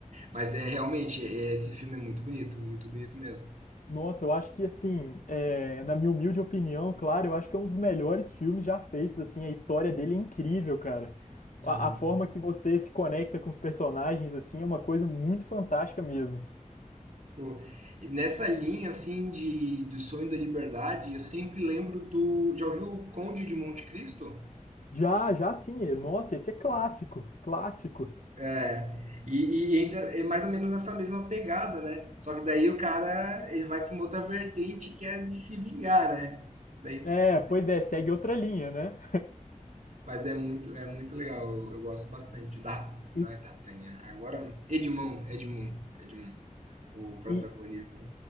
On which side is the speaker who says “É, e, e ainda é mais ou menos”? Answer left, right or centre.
Right